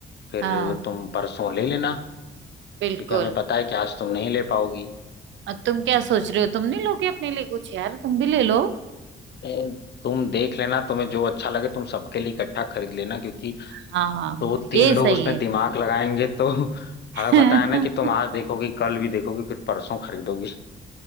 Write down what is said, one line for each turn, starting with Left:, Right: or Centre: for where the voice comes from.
Left: फिर
Right: हाँ
Left: तुम परसों ले लेना
Right: बिल्कुल
Left: क्योंकि हमें पता है कि आज तुम नहीं ले पाओगी
Right: और तुम क्या सोच रहे हो तुम नहीं लोगे अपने लिए कुछ यार तुम भी ले लो
Left: ए, तुम देख लेना तुम्हें जो अच्छा लगे तुम सबके लिए इकट्ठा खरीद लेना क्योंकि
Right: हाँ
Left: तो वो तीन
Right: ये सही
Left: लोग उसमें दिमाग लगाएंगे तो <laughs> हमें
Right: है
Left: पता है ना कि तुम
Right: <laughs>
Left: आज देखोगी कल भी देखोगी फिर परसों खरीदोगी